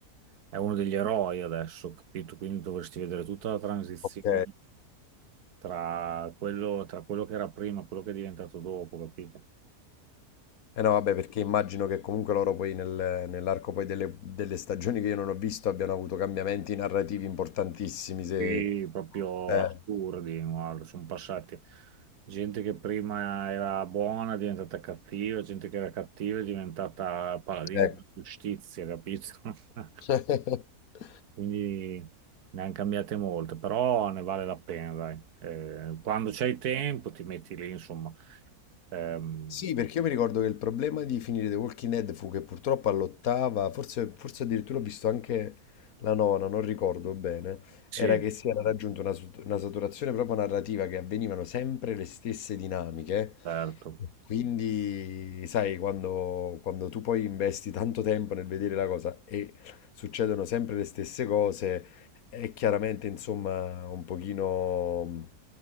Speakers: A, on the right; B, on the left.
A: è uno degli eroi adesso, capito? Quindi dovresti vedere tutta la transizione
B: ok.
A: tra quello, tra quello che era prima e quello che è diventato dopo, capito?
B: Eh no, vabbè, perché immagino che comunque loro poi nel- nell'arco poi delle, delle stagioni che io non ho visto abbiano avuto cambiamenti narrativi importantissimi, se...
A: Sì, proprio
B: Eh,
A: assurdi, guarda, sono passati. Gente che prima era buona è diventata cattiva, gente che era cattiva è diventata paladina
B: ecco.
A: della giustizia, capito? <laughs>
B: <laughs>
A: Quindi ne hanno cambiate molte, però ne vale la pena, dai. Eh, quando c'hai tempo ti metti lì, insomma. Ehm,
B: Sì, perché io mi ricordo che il problema di finire The Walking Dead fu che purtroppo all'ottava, forse, forse addirittura ho visto anche la nona, non ricordo bene,
A: sì,
B: era che si era raggiunta una, sat- una saturazione proprio narrativa che avvenivano sempre le stesse dinamiche.
A: certo.
B: Quindi, sai, quando, quando tu poi investi tanto tempo nel vedere la cosa e succedono sempre le stesse cose, è chiaramente, insomma, un pochino mh,